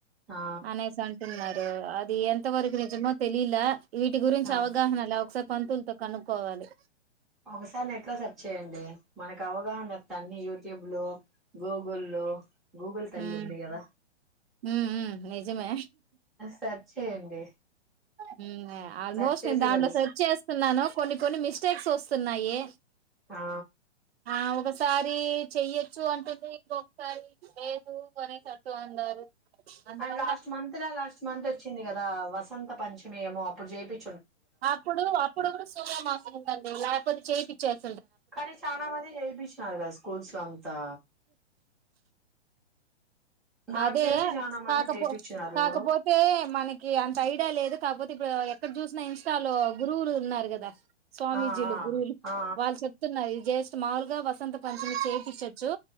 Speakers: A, in the centre; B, on the right.
A: ఆ
B: అనేసి అంటున్నారు అద్ అది ఎంతవరకు నిజమో తెలిల వీటి గురించి
A: ఆ
B: అవగాహనల ఒకసారి పంతుల్తో కనుక్కోవాలి
A: ఒకసారి నెట్ లో సెర్చ్ చేయ్యండి మనకి అవగాహన వత్తాయ్ అన్ని యూట్యూబ్ లో గూగుల్ లో గూగుల్ తల్లి
B: ఉమ్
A: ఉంది కదా
B: ఉమ్ ఉమ్ నిజమే
A: సర్చ్ చేయండి
B: హుమ్మ్ ఆల్మోస్ట్
A: సెర్చ్ చేస్తే
B: నేను దాంట్లో
A: తెలుస్తుంది
B: సర్చ్ చేస్తున్నాను కొన్ని కొన్ని మిస్టేక్స్ వస్తున్నాయి
A: ఆ
B: ఆ ఒకసారి ది చెయ్యొచ్చు అంటుంది ఇంకొకసారి లేదు అనేసి అంటూ ఉన్నారు అందువల్ల
A: అండ్ లాస్ట్ మంత్ లా లాస్ట్ మంత్ వచ్చింది గదా వసంత పంచమి ఏమో అప్పుడు జేపి
B: అప్పుడు అప్పుడు కూడా సూర్మాకు మాసం ఉందండి పది చేపిచ్చేస్
A: కానీ చానా మంది చేయిపించినారు గదా స్కూల్స్ లో అంతా నాకు
B: అదే
A: తెలిసి చాలా మంది
B: కాకపో
A: చేయిపించినారు
B: కాకపోతే మనకి అంత ఐడా లేదు కాకపోతే ఇప్పుడు ఎక్కడ చూసినా ఇన్స్టాలో గురువులు ఉన్నారు గదా స్వామీజీలు
A: ఆ
B: గురువులు
A: ఆ ఆ
B: వాళ్ళు చెప్తున్నారు జేస్ సమాల్గా వసంత పంచమి చేయించచ్చు